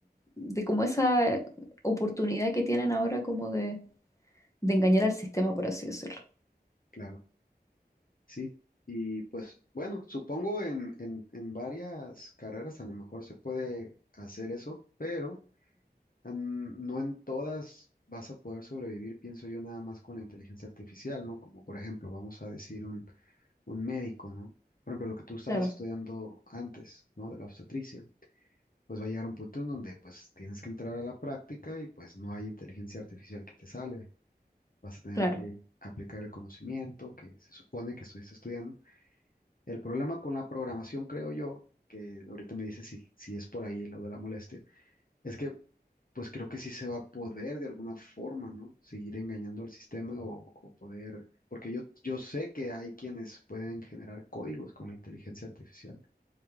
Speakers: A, on the left; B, on the left.
A: de como esa oportunidad que tienen ahora como de, de engañar al sistema, por así decirlo.
B: Claro. Sí. Y pues bueno, supongo en, en, en varias carreras a lo mejor se puede hacer eso, pero mm, no en todas vas a poder sobrevivir, pienso yo, nada más con la inteligencia artificial, ¿no? Como por ejemplo, vamos a decir un, un médico, ¿no? Por ejemplo, lo que tú estabas
A: Claro,
B: estudiando antes, ¿no? De la obstetricia. pues va a llegar un punto en donde pues tienes que entrar a la práctica y pues no hay inteligencia artificial que te salve. Vas a tener
A: claro.
B: que aplicar el conocimiento que se supone que estuviste estudiando. El problema con la programación, creo yo, que ahorita me dice si, si es por ahí lo de la molestia, es que pues creo que sí se va a poder de alguna forma, ¿no? Seguir engañando al sistema o, o poder, porque yo, yo sé que hay quienes pueden generar códigos con la inteligencia artificial